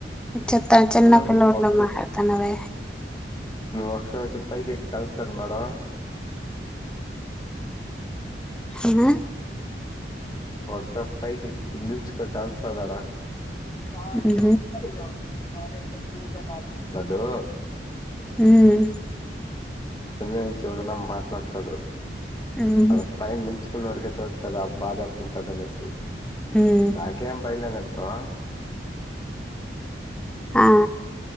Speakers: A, in the centre; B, on the left.
A: ఇ చెత్త చిన్నప్పుల్లఊర్లో
B: మ్మ్ ఒకసారి
A: మాట్లాడుతునవే
B: ఒకసారి చెప్తే నీకి తెలుస్తుంది మేడం
A: ఐనా
B: వట్సప్ పైకి <unintelligible> కదరా <unintelligible>
A: మ్మ్
B: లడ్డూ
A: ఉమ్
B: కింద నుంచి ఎవరైనా మాట్లాడతాడు
A: మ్మ్
B: ఆడ పై <unintelligible> ఉన్నోడికేం తెలుస్సదా ఆ బాధ ఎట్లా ఉంటదనేసి
A: మ్మ్
B: నాకేం భయంలేదు అను పా
A: ఆ